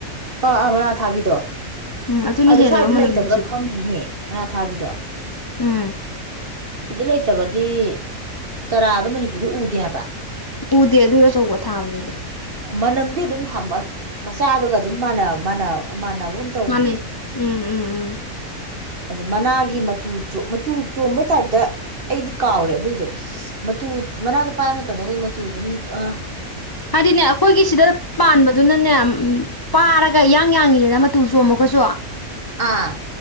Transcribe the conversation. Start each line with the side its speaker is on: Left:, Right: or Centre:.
Right: ꯄꯥꯑꯥ ꯃꯅꯥ ꯊꯥꯕꯤꯗꯣ
Left: ꯎꯝ ꯑꯗꯨꯅ
Right: ꯑꯗꯣ
Left: ꯍꯦꯜꯂꯦꯕ
Right: ꯁ꯭ꯋꯥꯏꯗ
Left: ꯃꯅꯝ
Right: ꯂꯩꯇꯕ꯭ꯔꯥ
Left: ꯅꯨꯡꯁꯤꯕ
Right: ꯈꯪꯗꯤꯅꯦ ꯃꯅꯥ ꯊꯥꯕꯤꯗꯣ
Left: ꯎꯝ
Right: ꯁꯤꯗ ꯂꯩꯇꯕ ꯗꯤ ꯆꯔꯥꯗꯣ ꯃꯅꯤꯄꯨꯔꯗ ꯎꯗꯦ ꯍꯥꯏꯕ
Left: ꯎꯗꯦ ꯑꯗꯨꯏ ꯑꯆꯧꯕ ꯊꯥꯕꯗꯨꯗꯤ
Right: ꯃꯅꯝꯗꯤ ꯑꯗꯨꯝ ꯍꯝꯃ ꯃꯆꯥꯗꯨꯒ ꯑꯗꯨꯝ ꯃꯥꯅ ꯃꯥꯅ ꯃꯥꯟꯅꯕꯒꯨꯝ ꯇꯧꯌꯤꯅꯦ
Left: ꯃꯥꯟꯅꯩ ꯎꯝ ꯎꯝ
Right: ꯑꯗꯨ ꯃꯅꯥꯒꯤ ꯃꯇꯨ ꯆꯣ ꯃꯇꯨ ꯆꯣꯡꯕꯩ ꯇꯥꯏꯞꯇ ꯑꯩꯗꯤ ꯀꯥꯎꯔꯦ ꯑꯗꯨꯏꯗꯣ ꯃꯇꯨ ꯃꯅꯥꯗ ꯄꯥꯏꯕ ꯃꯇꯝꯗ ꯑꯩꯈꯣꯏ ꯃꯇꯨ ꯑꯗꯨꯝ ꯑ
Left: ꯍꯥꯏꯗꯤꯅꯦ ꯑꯩꯈꯣꯏꯒꯤ ꯁꯤꯗ ꯄꯥꯟꯕꯗꯨꯅꯅꯦ ꯄꯥꯔꯒ ꯌꯥꯡ ꯌꯥꯡꯉꯤꯗꯅ ꯃꯇꯨ ꯆꯣꯝꯃꯒꯖꯨ
Right: ꯑꯥ